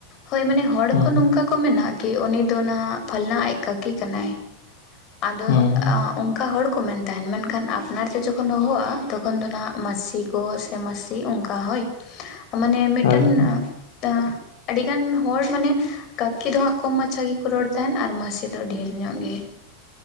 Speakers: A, on the left (about 45°); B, on the left (about 70°).
A: ᱦᱳᱭ ᱢᱟᱱᱮ ᱦᱚᱲ
B: ᱦᱩᱸ
A: ᱠᱚ ᱱᱚᱝᱠᱟ ᱠᱚ ᱢᱮᱱᱟᱜ᱾ ᱠᱤ ᱩᱱᱤ ᱱᱟᱜ ᱯᱷᱟᱞᱱᱟ ᱟᱡ ᱠᱟᱹᱠᱤ ᱠᱟᱱᱟᱭ᱾ ᱟᱫᱚ
B: ᱦᱩᱸ ᱦᱩᱸ
A: ᱚᱱᱠᱟ ᱦᱚᱲᱼᱼ ᱠᱚ ᱢᱮᱱ ᱛᱟᱦᱮᱱ ᱾ ᱢᱮᱱᱠᱷᱟᱱ ᱟᱯᱱᱟᱨ ᱛᱮ ᱡᱚᱠᱷᱚᱱ ᱦᱚᱦᱚᱜᱼᱟ, ᱛᱚᱠᱷᱚᱱ ᱫᱚ ᱱᱟᱦᱟᱜ ᱢᱟᱹᱥᱤ ᱜᱚ ᱥᱮ ᱢᱟᱹᱥᱤ ᱚᱱᱠᱟ ᱦᱳᱭ᱾ ᱢᱟᱱᱮ ᱢᱤᱫᱴᱟᱝ
B: ᱦᱳᱭ
A: <unintelligible>
B: ᱦᱩᱸ
A: ᱟᱹᱰᱤ ᱜᱟᱱ ᱦᱚᱲ ᱢᱟᱱᱮᱼᱼ ᱠᱟᱹᱠᱤ ᱫᱚ ᱦᱟᱸᱜ ᱠᱚᱢ ᱢᱟᱪᱷᱟ ᱜᱮᱠᱚ ᱨᱚᱲ ᱛᱟᱦᱮᱱ ᱟᱨ ᱢᱟᱹᱥᱤ ᱫᱚ ᱰᱷᱮᱨ ᱧᱚᱜ ᱜᱮ᱾